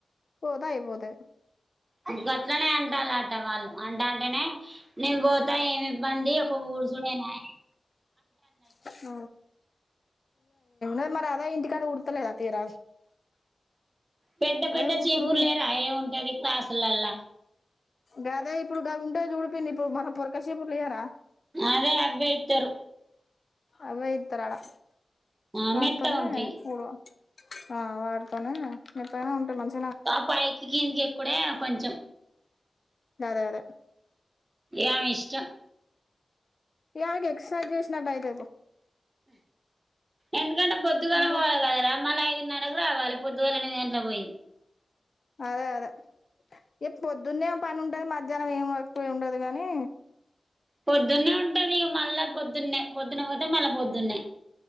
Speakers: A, on the left; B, on the right.
A: పోతా అయిపోతాది
B: ఇంక అట్లనే అంటాలట వాళ్ళు అంట అంటేనే నేను పో ఇ ఏమి ఇబ్బంది ఒక ఊరు చూడనా
A: అ అ మరి అదా ఇంటి ఇ ఉడతలేదా తీరా
B: పెద్ద
A: అదే
B: పెద్ద
A: ఊడ్చుడు
B: చీపుర్లే రా ఏ ఉంటది క్లాసులలా
A: గదే ఇప్పుడుగా ఉంటే చూడిపింది ఇప్పుడు మన పొరకాసేపులుయ్యార
B: అదే అబ్బా అయితారు
A: అ ఇ తరాడా
B: ఆ
A: వాటితోనే
B: మెత్తగా ఉంటాయి
A: కూూడు ఆ వాడుతోనే మీ పైన ఉంటాయి మంచి
B: తపాయకికి కూడాడ కొంచం
A: అదే అదే
B: ఏమి ఇష్టం
A: ఇకి ఎక్సర్సైజ్ చేసిన బైట
B: ఎందు పొద్దుగాల
A: ఎందుకు
B: పోవాలి కదరా మళీ నకు రావాలి పొద్దుగాల ఎనిమిది గంటల పోయి
A: అదే అదే ఇ పొద్దున్నే పని ఉంటది మ జనం ఏం వక్ ఉండదు గాని
B: పొద్దున్నే ఉంటది మళ్ళా పొద్దున్నే పొద్దున్న పోతే మళ్ళా పొద్దునే,